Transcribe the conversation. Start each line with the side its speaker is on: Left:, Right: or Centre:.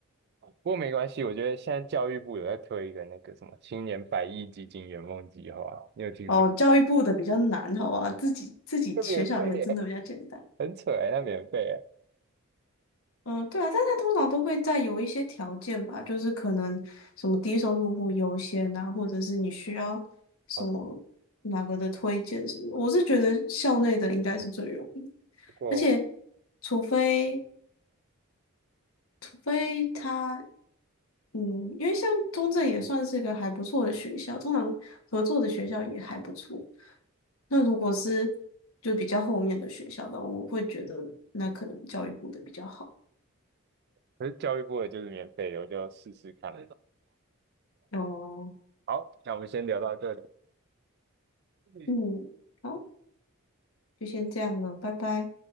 Right: 不过没关系，我觉得现在教育部有在推一个那个什么青年百亿基金圆梦计划，你有听说？
Left: 哦，教育部的比较难，好吧，自己自己学校里面真的比较简单。
Right: 那免费耶，很扯哎，那免费耶。
Left: 嗯，对啊，但他通常都会在有一些条件吧，就是可能什么低收入户优先啊，或者是你需要什么哪个的推荐什么的我是觉得校内的应该是最容易，
Right: 好，不过
Left: 而且除非除非他嗯，因为像中正也算是个还不错的学校，通常合作的学校也还不错。那如果是就比较后面的学校的，我会觉得那可能教育部的比较好。
Right: 可是教育部的就是免费的，我就试试看。
Left: 哦，
Right: 好，那我们先聊到这里。
Left: 嗯。好。就先这样了，拜拜。